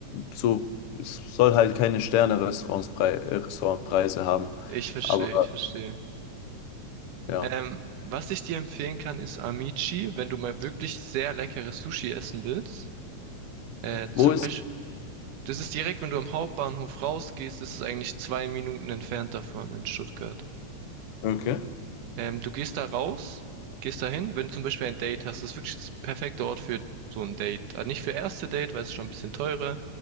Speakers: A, on the left (about 80°); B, on the right (about 85°).
A: so, es soll halt keine Sterne-Restaurantspreise äh, Restaurantpreise haben.
B: Ich verstehe,
A: Aber
B: ich verstehe.
A: ja,
B: Ähm, was ich dir empfehlen kann, ist Amici, wenn du mal wirklich sehr leckeres Sushi essen willst. Äh, zum
A: wo ist?
B: Beispiel Das ist direkt, wenn du am Hauptbahnhof rausgehst, ist es eigentlich zwei Minuten entfernt davon in Stuttgart.
A: Okay.
B: Ähm, du gehst da raus, gehst da hin, wenn du zum Beispiel ein Date hast, das ist wirklich das perfekte Ort für so ein Date. Also nicht für erste Date, weil es ist schon ein bisschen teurer,